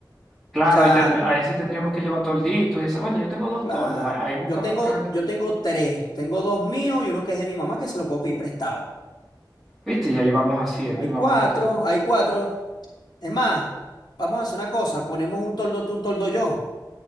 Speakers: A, on the left (about 65°); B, in the centre.
A: O
B: Claro,
A: sea,
B: ahí tendré, ahí sí tendríamos que llevar tolditos y esa. Bueno, yo tengo dos
A: Claro.
B: toldos. Ahí, ahí buscamos
A: Yo tengo,
B: cada...
A: yo tengo tres. Tengo dos míos y uno que es de mi mamá que se lo puedo pedir prestado.
B: ¿Viste? Y ahí vamos haciendo
A: Hay
B: y vamos
A: cuatro,
B: metiendo.
A: hay cuatro. Es más, vamos a hacer una cosa. Ponemos un toldo tú, un toldo yo.